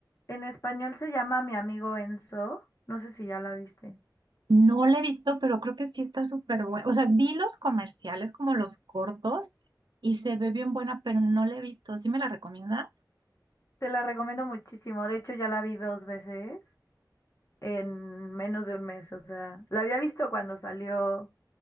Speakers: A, on the left (about 45°); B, on the right (about 85°).
A: En español se llama Mi amigo Enzo. No sé si ya la viste.
B: No la he visto, pero creo que sí está súper buena. O sea, vi los comerciales como los cortos y se ve bien buena, pero no la he visto. ¿Sí me la recomiendas?
A: Te la recomiendo muchísimo. De hecho, ya la vi dos veces en menos de un mes. O sea, la había visto cuando salió